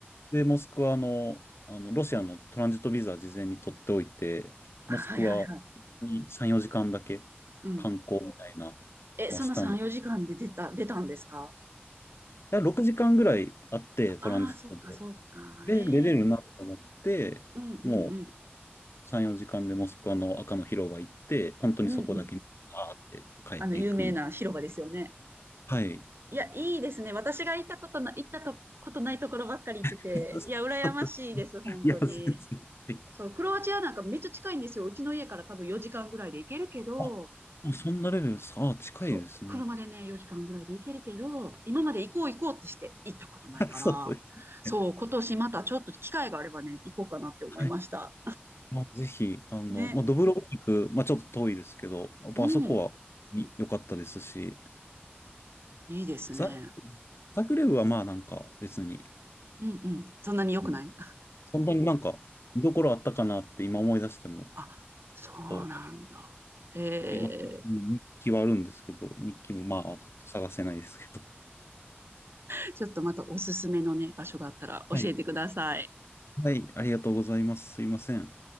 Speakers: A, on the left; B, on the right.
A: で、モスクワの、あの、ロシアのトランジットビザ事前に取っておいて、
B: あ、
A: モスクワ
B: はいはいはい。
A: に3、4時間だけ観光みたいな
B: うん。え、その3、
A: はしたんだ。
B: 4時間で出た、出たんですか
A: だ6時間ぐらいあって、トランジットで。
B: ああー、そっか、そっか。
A: で、
B: ええ
A: 出れるなと思って、
B: うんうんうん。
A: もう3、4時間でモスクワの赤の広場行って、本当にそこだけ、
B: うんうん。
A: パーって帰っていくみたい
B: あの、有名な広場ですよね。
A: な。はい。
B: いや、いいですね。私が行ったことな、行ったとことないところばっかり行ってて、
A: <laughs>
B: いや、羨ましいです、本当に。
A: いや、全然。い
B: そう、クロアチアなんかめっちゃ近いんですよ。うちの家から多分4時間ぐらいで行けるけど、
A: あ、もうそんなレベル、さあ、近いですね。
B: そう、車でね、4時間ぐらいで行けるけど、今まで行こう行こうってして行ったことないから、
A: <laughs> そうですね。
B: そう、今年またちょっと機会があればね、行こうかなって思いました。
A: はいまあ、ぜひ、あの、
B: ね。
A: まあ、ドブロブニク、まあ、ちょっと遠いですけど、やっぱあそこはい良かったですし、
B: うん。いいですね。
A: ザ、ザグレブはまあなんか別に、
B: うんうん。そんなに良くない
A: うん、そんなになんか見どころあったかなって今思い出しても、
B: あ、そうなんだ。
A: と
B: え
A: 今、日記はあるんですけど、日記もまあちょっと探せないですけど。
B: ー、ちょっとまたおすすめのね、場所があったら教えてください。
A: はい。はい、ありがとうございます。すいません。